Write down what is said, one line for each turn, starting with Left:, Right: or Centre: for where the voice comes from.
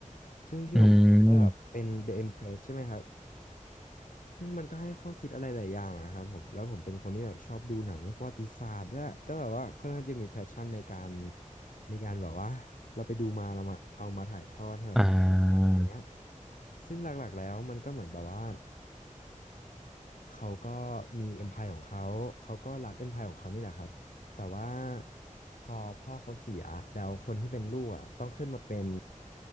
Left: ซึ่งที่ผมดูก็แบบเป็น
Centre: อืม
Left: The Empress ใช่ไหมครับ ซึ่งมันก็ให้ข้อคิดอะไรหลายอย่างอะครับผมแล้วผมเป็นคนที่แบบชอบดูหนังเรื่องประวัติศาสตร์ด้วยก็แบบว่าค่อนข้างจะมีแพชชั่นในการในการแบบว่าเราไปดูมาเรามาเอามาถ่ายทอดให้แบบฟังอะไรเงี้ย
Centre: อ่า
Left: ซึ่งหลักๆแล้วมันก็เหมือนแบบว่า เขาก็มี empire ของเขาเขาก็รัก empire ของเขานี่แหละครับแต่ว่าพอพ่อเขาเสียแล้วคนที่เป็นลูกอ่ะต้องขึ้นมาเป็น